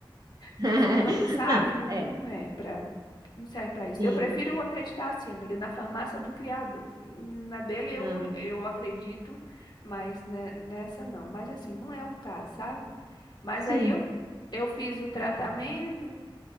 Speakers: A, on the right; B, on the left.
A: <laughs>
B: dos anos, sabe?
A: Não,
B: Não,
A: é,
B: não é para, não serve para isso.
A: sim,
B: Eu prefiro acreditar assim, amiga, na farmácia do criado. Na dele eu,
A: ah,
B: co- eu acredito, mas ne- nessa não. Mas assim, não é o caso, sabe? Mas
A: sim,
B: aí eu, eu fiz o tratamento,